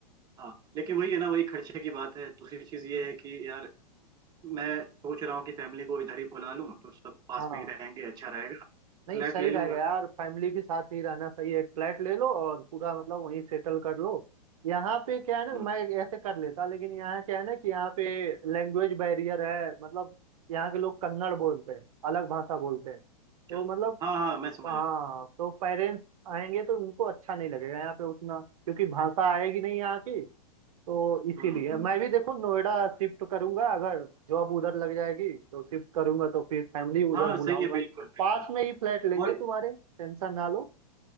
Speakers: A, on the right (about 20°); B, on the right (about 60°).
A: हाँ लेकिन वही है ना वही खर्चे की बात है दूसरी चीज ये है कि यार मैं सोच रहा हूँ कि फैमिली को इधर ही बुला लूँ तो सब पास
B: हाँ
A: में ही रहेंगे अच्छा रहेगा
B: नहीं
A: फ्लैट
B: सही
A: ले
B: रहेगा
A: लूंगा
B: यार फैमिली के साथ ही रहना सही है फ्लैट ले लो और पूरा मतलब वहीं सेटल कर लो यहाँ पे क्या है ना
A: हम्म,
B: मैं ऐसे कर लेता लेकिन यहाँ क्या है ना कि यहाँ पे लैंग्वेज बैरियर है मतलब यहाँ के लोग कन्नड़ बोलते हैं अलग भाषा बोलते हैं तो
A: चल
B: मतलब
A: हाँ हाँ मैं समझ
B: हाँ
A: रहा
B: तो पेरेंट्स आएंगे तो उनको अच्छा नहीं लगेगा यहाँ पे उतना क्योंकि भाषा आएगी नहीं यहाँ की तो इसीलिए
A: हूँ हम्म हम्म,
B: मैं भी देखो नोएडा शिफ्ट करूंगा अगर जॉब उधर लग जाएगी तो शिफ्ट करूंगा तो फिर फैमिली उधर
A: हाँ
B: बुलाऊंगा
A: सही है बिल्कुल
B: पास
A: बिल्कुल
B: में ही फ्लैट लेंगे
A: और
B: तुम्हारे टेंशन ना लो